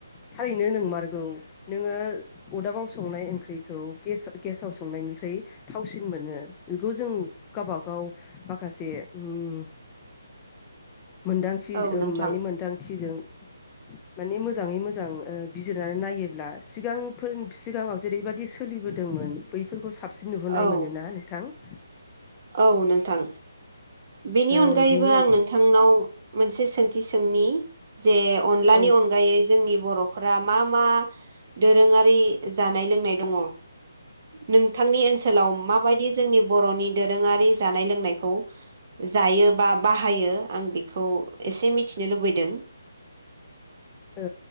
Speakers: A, on the left (about 15°); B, on the right (about 40°).
A: थारैनो नोंमारगौ नोङो अरदाबाव संनाय ओंख्रिखौ गेसा गेसाव संनायनिख्रुइ थावसिन मोनो बेखौ जों गावबागाव माखासे ओम मोनदांथि
B: औ
A: उम
B: नोंथां
A: माने मोनदांथिजों माने मोजाङै मोजां ओ बिजिरनानै नायोब्ला सिगांफोर सिगाङाव जेरैबायदि सोलिबोदोंमोन बैफोरखौ साब- सिन नुबोनाय
B: औ
A: मोनो ना नोंथां? <inaudible>
B: औ नोंथां बेनि
A: ओ
B: अनगायैबो
A: बिनि अन
B: आं नोंथांनाव मोनसे सोंथि सोंनि जे अनलानि
A: औ ओ
B: अनगायै जोंनि बर'फोरा मा मा दोरोङारि जानाय लोंनाय दङ? नोंथांनि ओनसोलाव माबायदि जोंनि बर'नि दोरोङारि जानाय लोंनायखौ जायो बा बाहायो आं बेखौ एसे मिथिनो लुबैदों
A: ओ